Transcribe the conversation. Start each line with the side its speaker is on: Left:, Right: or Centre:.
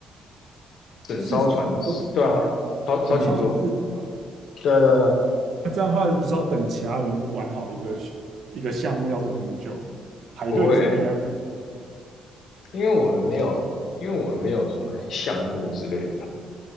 Left: 整艘船，
Right: 是
Left: 对啊，
Right: 一个
Left: 超超级多。
Right: 等艘船是一个，
Left: 对啊对啊对啊，
Right: 那这样的话不是要等其他人玩好一个一个项目要等很久，排队的时间应该会
Left: 不会，因为我们没有，因为我们没有什么项目之类的。